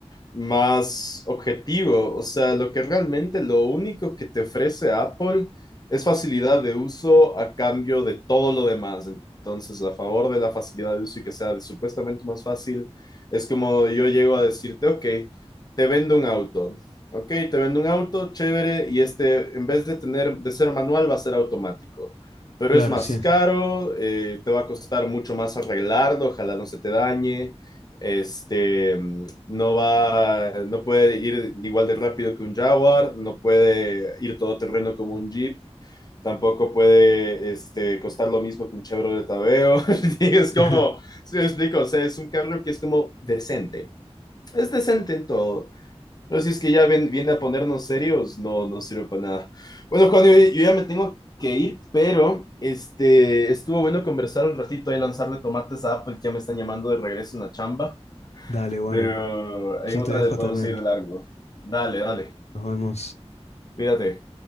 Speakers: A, on the left; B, on the left.
A: más objetivo, o sea, lo que realmente lo único que te ofrece Apple es facilidad de uso a cambio de todo lo demás. Entonces, a favor de la facilidad de uso y que sea de- supuestamente más fácil, es como yo llego a decirte, ok, te vendo un auto, ok, te vendo un auto, chévere, y este, en vez de tener, de ser manual, va a ser automático pero
B: Claro,
A: es más
B: sí.
A: caro, eh, te va a costar mucho más arreglarlo, ojalá no se te dañe. Este, mm, no va, no puede ir igual de rápido que un Jaguar, no puede ir todo terreno como un Jeep, tampoco puede este, costar lo mismo que un Chevrolet Aveo. <laughs> es
B: <laughs>
A: como, si me explico, o sea, es un carro que es como decente. Es decente en todo. No, si es que ya ven- viene a ponernos serios, no, no sirve para nada. Bueno, Juan, yo, yo ya me tengo que ir, pero este, estuvo bueno conversar un ratito y lanzarle tomates a Apple, que ya me están llamando de regreso en la chamba,
B: Dale, bueno,
A: pero en
B: yo
A: otra
B: te dejo
A: le podemos
B: también.
A: seguir de largo. Dale, dale,
B: Nos vemos.
A: cuídate.